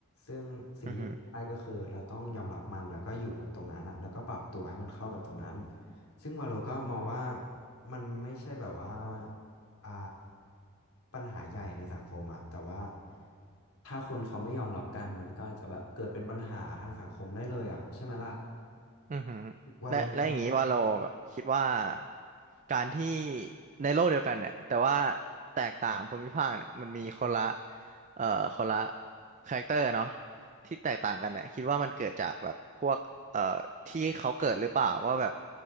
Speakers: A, on the left; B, on the right.
A: ซึ่งสิ่งที่เราได้ก็คือเราต้องยอมรับมันแล้วก็อยู่กับตรงนั้นอะแล้วก็ปรับตัวให้มันเข้ากับตรงนั้น
B: อือหือ
A: ซึ่งวาโลก็มองว่ามันไม่ใช่แบบว่าอ่าปัญหาใหญ่ในสังคมอะแต่ว่าถ้าคนเขาไม่ยอมรับกันมันก็อาจจะแบบเกิดเป็นปัญหาทางสังคมได้เลยอะใช่ไหมล่ะ
B: อือหือและและอย่างนี้ว่าเราแบบคิดว่า
A: วาโลก็มอง
B: การที่ในโลกเดียวกันเนี่ยแต่ว่าแตกต่างภูมิภาคเนี่ยมันมีคนละเอ่อคนละคาแรคเตอร์เนาะที่แตกต่างกันเนี่ยคิดว่ามันเกิดจากแบบพวกเอ่อที่เขาเกิดหรือเปล่าว่าแบบ